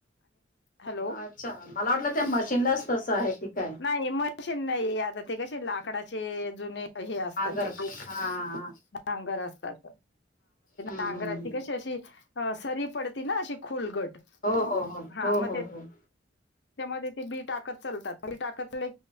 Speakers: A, on the left; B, on the left.
A: हॅलो
B: अच्छा मला वाटलं त्या मशीनलाच तसं आहे की काय
A: मशीन नाही आता ते कशी लाकडाचे नाही ते हे असत
B: नांगर
A: ते
B: हा
A: नांगर सारख
B: हम्म
A: नागराची
B: हम्म हम्म.
A: ते कशी सरी अस पडती ना अशी खोलगट
B: हो हो हो
A: हा
B: हो
A: मग
B: हो
A: ते
B: हो.
A: त्याच्यामध्ये ते बी टाकत चालतात बी टाकतले